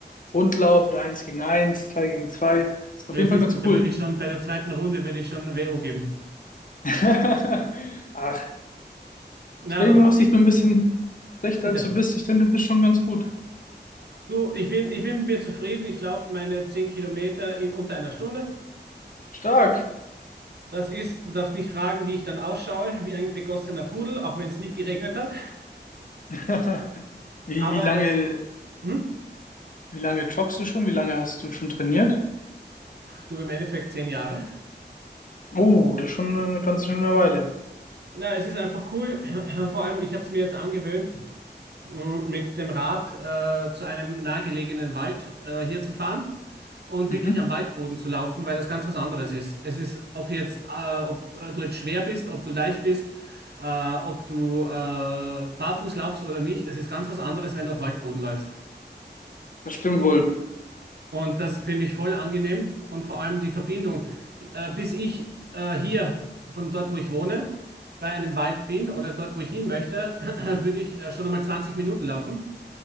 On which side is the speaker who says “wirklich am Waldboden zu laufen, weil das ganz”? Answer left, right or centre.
Right